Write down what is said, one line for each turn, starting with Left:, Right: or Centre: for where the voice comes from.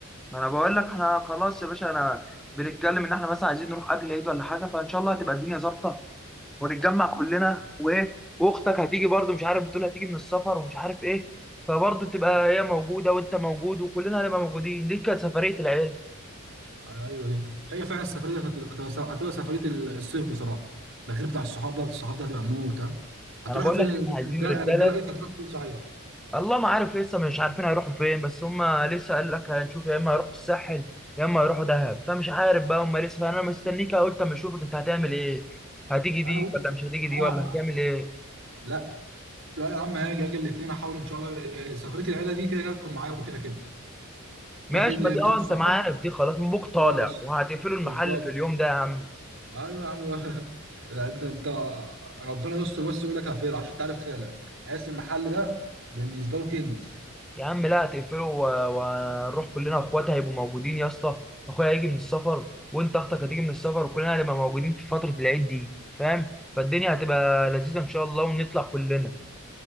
Centre: ما انا بقول لك احنا خلاص يا باشا انا بنتكلم ان احنا مثلا عايزين نروح قبل العيد ولا حاجه فان شاء الله هتبقى الدنيا ظابطه ونتجمع كلنا وايه واختك هتيجي برضو مش عارف بتقول هتيجي من السفر ومش عارف ايه فبرضو تبقى هي موجوده وانت موجود وكلنا هنبقى موجودين دي كانت سفريه العيد
Right: ايوه أيوة. هي فعلا السفريه دي هتبقى هتبقى- هتبقى سفريه الصيف بصراحه ده غير بتاع الصحاب ده بتاع الصحاب ده هتبقى موت ها هتروحوا
Centre: انا بقول
Right: فين
Centre: لك
Right: الرجاله
Centre: احنا عايزين رجاله
Right: الرجاله قالت هتروحوا فين صحيح
Centre: الله ما عارف لسه مش عارفين هيروحوا فين بس هم لسه قال لك هنشوف يا اما هيروحوا الساحل يا اما هيروحوا دهب فمش عارف بقى هم لسه فانا مستنيك قلت اما اشوفك انت هتعمل ايه هتيجي دي
Right: انا بص
Centre: ولا مش هتيجي دي
Right: انا
Centre: ولا هتعمل ايه
Right: لا لا يا عم هاجي اجي الاثنين احاول ان شاء الله إيه، سفريه العيله دي كده كده تكون معاكم كده كده
Centre: ماشي
Right: لكن اللي
Centre: ما دي
Right: بتاع
Centre: اه
Right: الصحاب
Centre: انت معانا في دي خلاص مبوك طالع
Right: اه اس-
Centre: وهتقفلوا المحل
Right: بالظبط
Centre: في اليوم ده يا عم
Right: ايوه يا عم <laughs> لا، انت انت ربنا يستر بس يقول لك هفير عشان تعرف خالك تحس المحل ده بالنسبه له كنز
Centre: يا عم لا هتقفلوا و- وهنروح كلنا اخواتي هيبقوا موجودين يا اسطى اخويا هيجي من السفر وانت اختك هتيجي من السفر وكلنا هنبقى موجودين في فترة العيد دي فاهم فالدنيا هتبقى لذيذة ان شاء الله ونطلع كلنا